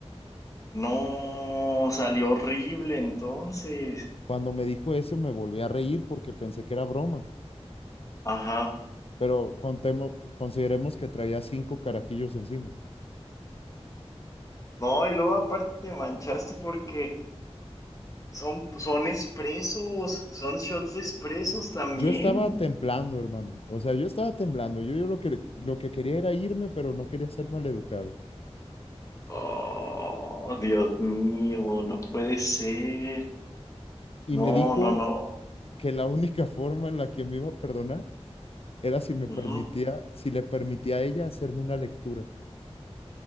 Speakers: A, on the left; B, on the left.
A: No, salió horrible entonces.
B: Cuando me dijo eso, me volví a reír porque pensé que era broma,
A: Ajá.
B: pero contemo- consideremos que traía cinco carajillos encima.
A: No, y luego aparte te manchaste porque Son, son expresos, son shots de expresos también.
B: Yo estaba temblando, hermano. O sea, yo estaba temblando. Yo, yo lo que, lo que quería era irme, pero no quería ser maleducado.
A: Oh, Dios mío, no puede ser.
B: Y me
A: No,
B: dijo
A: no, no.
B: que la única <laughs> forma en la que me iba a perdonar era si me
A: Ujú.
B: permitía, si le permitía a ella hacerme una lectura.